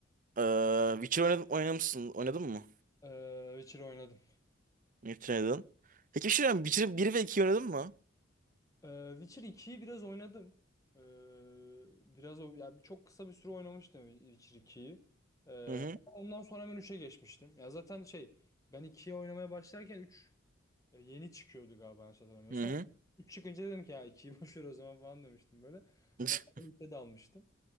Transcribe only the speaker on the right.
Ee, Witcher oynadım, oynamışsın. Oynadın mı?
Witcher oynadın. Peki bir şey söyleyeyim. Witcher 1 ve 2 oynadın mı?
Hı hı.
Hı hı.
<laughs>